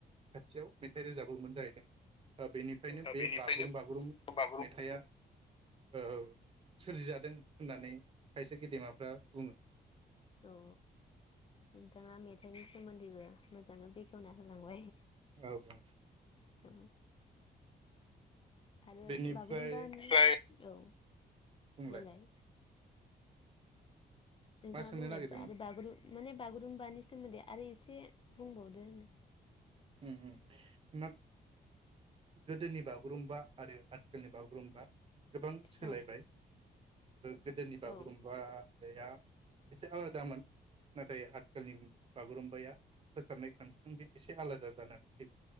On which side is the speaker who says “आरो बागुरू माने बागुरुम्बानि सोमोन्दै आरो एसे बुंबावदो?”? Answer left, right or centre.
Left